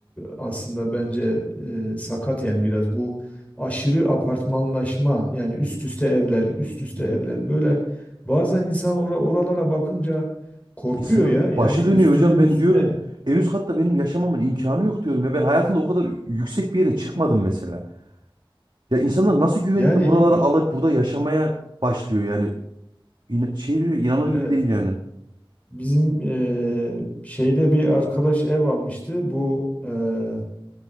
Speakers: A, on the left; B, on the right.
A: aslında bence e, sakat yani biraz bu aşırı apartmanlaşma yani üst üste evler, üst üste
B: Evet.
A: evler böyle bazen insan ora- oralara bakınca korkuyor
B: İnsanın
A: ya. Yani
B: başı
A: üstünün
B: dönüyor hocam ben
A: üstüne
B: diyorum. En üst katta benim yaşamamın imkanı yok diyorum ya. Ben hayatımda o kadar yüksek bir yere çıkmadım mesela. Ya insanlar nasıl güvenip
A: yani
B: de buraları alıp burada yaşamaya başlıyor yani. İn şey diyor, inanılır gibi
A: evet.
B: değil yani.
A: Bizim eee, şeyde bir arkadaş ev almıştı. Bu eee,